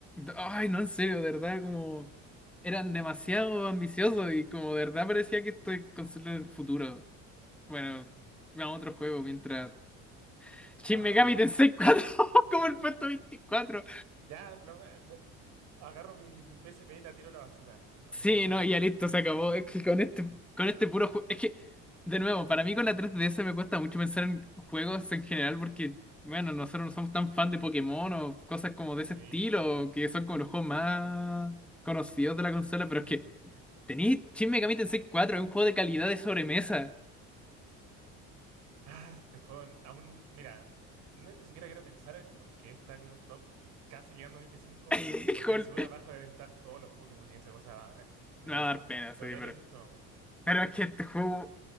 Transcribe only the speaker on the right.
Ah,
ya, no, eh, me- agarro mi, mi PSP y la tiro a la basura, así,
instantáneamente.
Sí.
Ah, este juego aún, mira, no- ni siquiera quiero pensar en por qué está como top, casi llegando a 25
porque de seguro abajo deben estar todos los Pokémon y esa cosa en- me
hace
doler
el estómago.